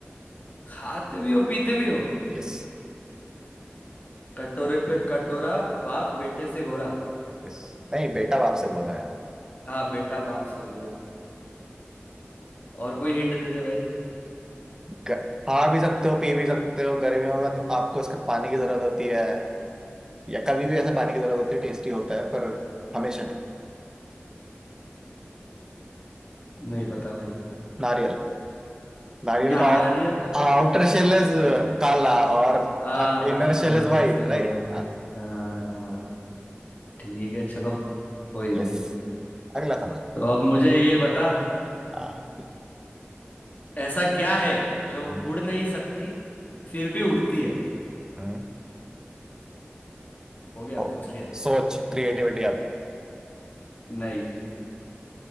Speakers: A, on the left; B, on the right.
A: खाते भी हो पीते भी हो
B: यस
A: कटोरे पे कटोरा बाप बेटे से गोरा
B: यस नहीं बेटा बाप से बोल रहा है यार
A: हाँ बेटा बाप से गोरा और कोई हिंट दे दे भाई
B: ग- खा भी सकते हो पी भी सकते हो गर्मियों में तो आपको इसका पानी की जरूरत होती है या कभी भी ऐसा पानी की जरूरत होती है टेस्टी होता है पर हमेशा नहीं
A: नहीं पता भाई
B: नारियल नारियल
A: नारियल
B: का आउटर शेल इज काला और
A: आ
B: inner shell
A: अंदर
B: is white
A: से गोरा
B: right
A: है। आ, ठीक है चलो कोई नहीं
B: Yes अगला सवाल
A: तो अब मुझे ये बता
B: हाँ
A: ऐसा क्या है जो
B: हम्म,
A: उड़ नहीं सकती फिर भी उड़ती है
B: हम्म।
A: हो गया
B: हो
A: पूछ लिया
B: सोच क्रिएटिविटी आपकी
A: नहीं